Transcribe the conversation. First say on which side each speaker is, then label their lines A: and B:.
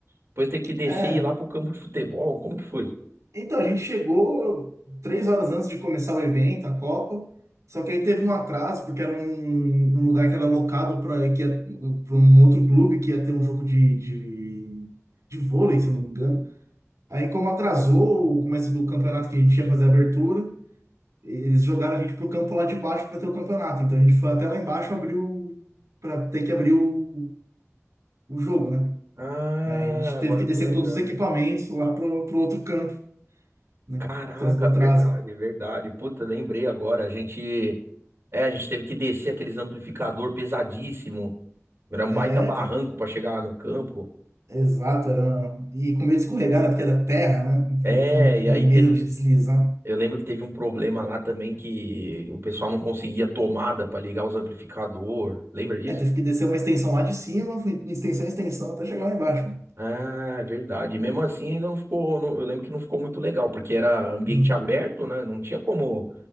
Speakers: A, on the right (about 55°); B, on the right (about 90°).
A: depois teve que descer
B: É,
A: e ir lá pro campo de futebol. Como que foi?
B: Então, a gente chegou três horas antes de começar o evento, a Copa. Só que aí teve um atraso, porque era um, um lugar que era locado para um outro clube que ia ter um jogo de, de, de vôlei, se eu não me engano. Aí, como atrasou o começo do campeonato que a gente ia fazer a abertura, eles jogaram a gente pro campo lá de baixo para ter o campeonato. Então, a gente foi até lá embaixo abriu para ter que abrir o, o jogo, né?
A: Ah,
B: Aí a gente
A: agora
B: teve que
A: eu
B: descer
A: tô lembrando.
B: com todos os equipamentos lá pro, pro outro campo, né?
A: Caraca,
B: Por causa do atraso.
A: verdade, verdade. Puta, lembrei agora. A gente, é, a gente teve que descer aqueles amplificador pesadíssimo. Era
B: É,
A: um baita barranco
B: cara.
A: pra chegar lá no campo.
B: Exato, era uma- E com medo de escorregar, né? Porque era terra, né?
A: É,
B: Aquela- Aquele
A: e aí
B: medo
A: teve
B: de deslizar.
A: Eu lembro que teve um problema lá também que o pessoal não conseguia tomada para ligar os amplificador. Lembra disso?
B: É, teve que descer uma extensão lá de cima, foi extensão, extensão, até chegar lá embaixo, né?
A: Ah, é verdade. E Mesmo assim, ainda não ficou. não- eu lembro que não ficou muito legal, porque era ambiente
B: Não ficou.
A: aberto, né? Não tinha como o